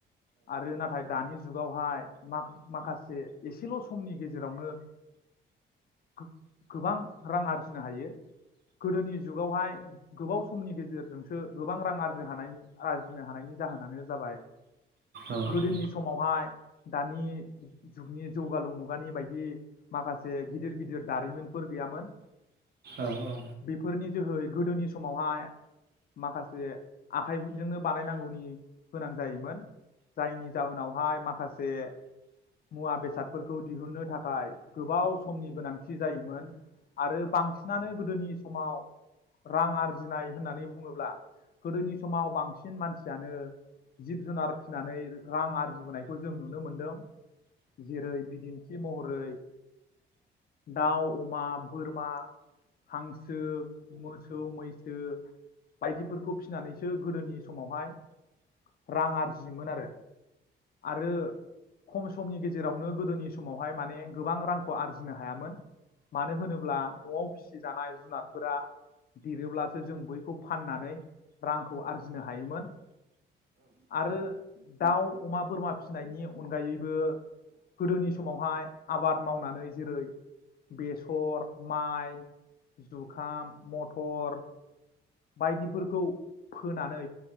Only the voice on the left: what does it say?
आरो नाथाय दानि जुगावहाय माख-माखासे एसेल' समनि गेजेरावनो गो-गोबां रां आर जिनो हायो गोदोनि जुगावहाय गोबाव समनि गेजेरजोंसो गोबां रां आरजि हानायनि आरजिनो हानायनि जाहोनानो जाबाय
गोदोनि समावहाय दानि जुगनि जौगालु मुगानि बायदि माखासे गिदिर गिदिर दारिमिनफोर गैयामोन
बेफोरनि जोहै गोदोनि समावहाय माखासे आखाइजोंनो बानायनांगौनि गोनां जायोमोन जायनि जाउनावहाय माखासे मुवा बेसादफोरखौ दिहुननो थाखाय गोबाव समनि गोनांथि जायोमोन आरो बांसिनानो गोदोनि समाव रां आरजिनाय होननानै बुङोब्ला गोदोनि समाव बां सिन मानसियानो जिब जुनार फिनानै रां आरजिबोनायखौ जों नुनो मोनदों जेरै- बिदिन्थि महरै दाउ, अमा, बोरमा हांसो, मोसौ, मै सो बायदिफोरखौ फिनानैसो गोदोनि समावहाय रां आरजियोमोन आरो आरो खम समनि गेजेरावनो गोदोनि समावहाय माने गोबां रां खौ आरजिनो हायामोन मानो होनोब्ला न'आव फिसिजानाय जुनातफोरा देरोब्लासो जों बैखौ फाननानै रांखौ आरजिनो हायोमोन। आरो दाउ, अमा, बोरमा फिसिनायनि अनगायैबो गोदोनि समावहाय आबाद मावनानै जेरै- बेसर, माइ जुखाम, मथर बायदिफोरखौ फोनानै